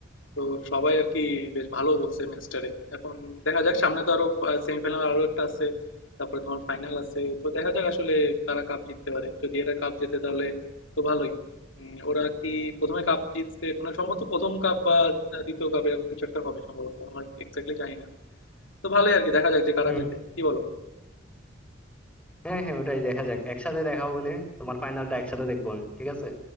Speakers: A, on the left; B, in the centre.
A: তো সবাই আরকি বেশ ভালো বলছে ম্যাচটারে। এখন দেখা যাক সামনে তো আরো আ সেমিফাইনাল আরো একটা আছে। তারপরে তোমার ফাইনাল আছে। তো দেখা যাক আসলে কারা কাপ জিততে পারে। যদি এরা কাপ জেতে তাহলে তো ভালোই। উম ওরা আর কি ১ম এ কাপ জিতছে মানে সম্ভবত ১ম কাপ বা আ ২য় কাপ এরকম কিছু একটা হবে সম্ভবত। আমার এক্সাক্টলি জানি না। তো ভালোই আরকি দেখা যাক যে কারা
B: হুম।
A: জেতে। কি বলো?
B: হ্যাঁ হ্যাঁ ওটাই দেখা যাক একসাথে দেখা হবে না তোমার ফাইনালটা একসাথে দেখবো আমি। ঠিক আছে